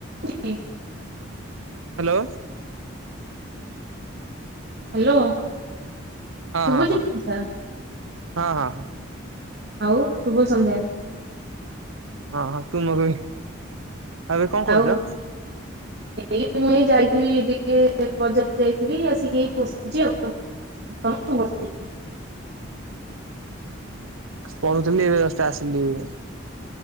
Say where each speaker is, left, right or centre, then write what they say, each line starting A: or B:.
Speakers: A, on the right; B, on the right.
A: ହିଁ
B: hello.
A: Hello.
B: ହଁ
A: ଶଭୁଛି
B: ହଁ ହଁ
A: କିସା।
B: ହଁ ହଁ ହଁ
A: ଆଉଁ ଶୁଭ ସନ୍ଧ୍ୟା।
B: ହଁ ହଁ ତୁମକୁ ଏବେ କଣ କରୁଛ?
A: ଆଉ ଏଇ ମୁଁ ଏଇ ଯାଇଥିଲି ଟିକେ ବଜାର ଯାଇଥିଲି ଆସିକି ବସିଛି ଆଉ <inaudible>
B: ପଢୁଥିଲି ଏବେ ଜଷ୍ଟ ଆସିଲି ଏବେ ଆଉ।